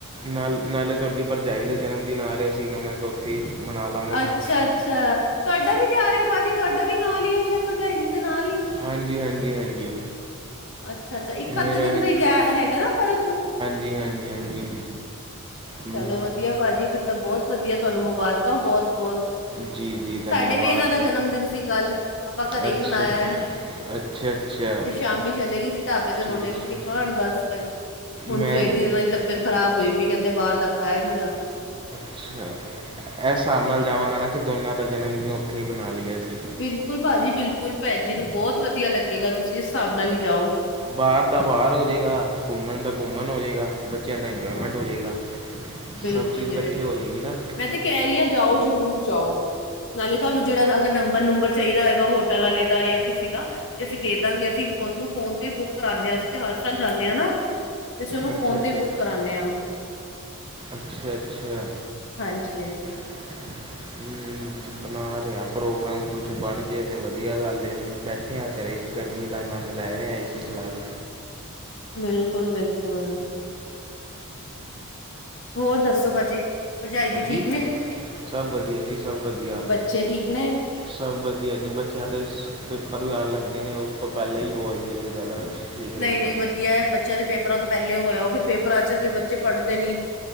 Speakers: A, on the right; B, on the left.
A: ਨਾਲ ਨਾਲੇ ਤੁਹਾਡੀ ਭਰਜਾਈ ਦਾ ਜਨਮਦਿਨ ਆ ਰਿਹਾ ਸੀਗਾ ਮੈਂ ਕਿਹਾ ਓਥੇ ਮਨਾ ਲਾਂਗੇ।
B: ਅੱਛਾ- ਅੱਛਾ, ਤੁਹਾਡਾ ਵੀ ਤੇ ਆ ਰਿਹਾ ਹੈ ਭਾਜੀ, ਤੁਹਾਡਾ ਵੀ ਨਾਲ ਹੀ ਆ ਸ਼ਾਇਦ ਭਰਜਾਈ ਜੀ ਦੇ ਨਾਲ ਹੀ
A: ਹਾਂਜੀ- ਹਾਂਜੀ- ਹਾਂਜੀ।
B: ਅੱਛਾ -ਅੱਛਾ, ਇੱਕ
A: ਮੇਰਾ
B: ਅੱਧੇ ਦਿਨ
A: ਵੀ
B: ਦਾ ਹੀ ਗ ਹੈਗਾ ਨਾ ਫਰਕ।
A: ਹਾਂਜੀ -ਹਾਂਜੀ- ਹਾਂਜੀ। ਹਮ,
B: ਚਲੋ ਵਧੀਆ ਭਾਜੀ ਫਿਰ ਤਾਂ ਬਹੁਤ ਵਧੀਆ ਤੁਹਾਨੂੰ ਮੁਬਾਰਕਾਂ ਬਹੁਤ -ਬਹੁਤ।
A: ਜੀ ਜੀ ਧੰਨਵਾਦ
B: ਸਾਡੇ ਵੀ ਇਹਨਾਂ ਦਾ ਜਨਮ ਦਿਨ ਸੀ ਕੱਲ। ਆਪਾਂ ਘਰੇ
A: ਅੱਛਾ
B: ਹੀ ਮਨਾਇਆ।
A: ਅੱਛਾ ਅੱਛਾ
B: ਫੇ ਸ਼ਾਮੀ ਚਲੇ ਗਈ ਸੀ ਢਾਬੇ ਤੇ ਰੋਟੀ-ਰੁ
A: ਜੀ ਜੀ
B: ਖਾਣ। ਬਸ ਫਿਰ ਹੁਣ
A: ਮੈਂ
B: ਸਵੇਰ ਦੀ ਇਹਨਾਂ ਦੀ ਤਬੀਅਤ ਖਰਾਬ ਹੋਈ ਪਈ ਕਹਿੰਦੇ ਬਾਹਰ ਦਾ ਖਾਇਆ ਨਹੀਂ ਜਾਂਦਾ
A: ਅੱਛਾ, ਇਸ ਹਿਸਾਬ ਨਾਲ ਜਾਵਾਂਗਾ ਨਾ ਕਿ ਦੋਨਾਂ ਦਾ ਜਨਮਦਿਨ ਉੱਥੇ ਹੀ ਮਣਾ ਲਈਏ ਅਸੀਂ
B: ਬਿਲਕੁਲ ਭਾਜੀ ਬਿਲਕੁਲ, ਭੈਣ ਜੀ ਨੂੰ ਬਹੁਤ ਵਧੀਆ ਲੱਗੇਗਾ ਤੁਸੀਂ ਇਸ ਹਿਸਾਬ ਨਾਲ ਹੀ ਜਾਓ।
A: ਬਾਹਰ ਦਾ ਬਾਹਰ ਹੋ ਜਾਏਗਾ, ਘੁੰਮਣ ਦਾ ਘੁੰਮਣ ਹੋ ਜਾਏਗਾ, ਬੱਚਿਆਂ ਦਾ ਇੰਜੋਏਮੈਂਟ
B: ਹਾਂ
A: ਹੋ ਜਾਏਗਾ।
B: ਬਿਲਕੁਲ
A: ਸਭ ਚੀਜ਼
B: ਜੀ
A: ਇਕੱਠੇ
B: ਬਿਲਕੁਲ
A: ਹੋ ਜਾਏਗੀ ਨਾ।
B: ਮੈਂ ਤੇ ਕਹਿ ਰਹੀ ਹਾਂ ਜਾਓ ਜਰੂਰ ਜਾਓ। ਨਾਲੇ ਤੁਹਾਨੂੰ ਜਿਹੜਾ ਅਗਰ ਨੰਬਰ -ਨੰਬਰ ਚਾਹੀਦਾ ਹੋਏਗਾ ਹੋਟਲ ਵਾਲੇ ਦਾ ਜਾਂ ਕਿਸੇ ਦਾ, ਤੇ ਅਸੀਂ ਦੇ ਦਾਂਗੇ ਅਸੀਂ ਓਨੂੰ ਫੋਨ ਤੇ ਬੁੱਕ ਕਰਾਦੇਗੇ ਅਸੀਂ ਤੇ ਹਰ ਸਾਲ ਜਾਂਦੇ ਹਾਂ ਨਾ। ਤੇ ਅਸੀਂ ਉਹਨੂੰ
A: ਅੱਛਾ
B: ਫੋਨ
A: ਅੱਛਾ
B: ਤੇ ਹੀ ਬੁੱਕ ਕਰਾਉ ਹਾਂ
A: ਅੱਛਾ- ਅੱਛਾ।
B: ਹਾਂਜੀ -ਹਾਂਜੀ
A: <unintelligible> ਮ ਬਣਾ ਰਿਹਾ ਪ੍ਰੋਗਰਾਮ ਕੁਛ ਬਣ ਜੇ ਤਾਂ ਵਧੀਆ ਗੱਲ ਇਹ ਨਹੀਂ ਬੈਠੇ ਆ ਘਰੇ। ਗਰਮੀ ਦਾ ਆਨੰਦ ਲਰੇ ਹਾਂ ਅਸੀ ਚਲਾ ਕੇ।
B: ਬਿਲਕੁਲ-ਬਿਲਕੁਲ। ਹੋਰ ਦੱਸੋ ਭਾਜੀ, ਭਰਜਾਈ ਜੀ
A: ਹਾਂਜੀ
B: ਠੀਕ ਨੇ?
A: ਸਭ ਵਧੀਆ ਜੀ, ਸਭ ਵਧੀਆ।
B: ਬੱਚੇ ਠੀਕ ਨੇ?
A: ਸਭ ਵਧੀਆ ਜੀ। ਬੱਚਿਆਂ ਦੇ ਪੇਪਰ ਲਾਣ ਲੱਗੇ ਨੇ, ਉਸ ਤੋਂ ਪਹਿਲਾਂ ਹੀ ਉਹ ਆਈ ਹੈ, ਤੇ ਜ਼ਿਆਦਾ। ਠੀਕ
B: ਨਈ-ਨਈ,
A: ਰਹੂਗਾ
B: ਵਧੀਆ ਹੈ ਬ ਚਲ, ਪੇਪਰਾਂ ਤੋਂ ਪਹਿਲੇ ਹੋ ਆਇਓ ਫਿਰ ਪੇਪਰਾਂ ਚ ਬੱਚੇ ਪੜ੍ਹਦੇ ਨੀ,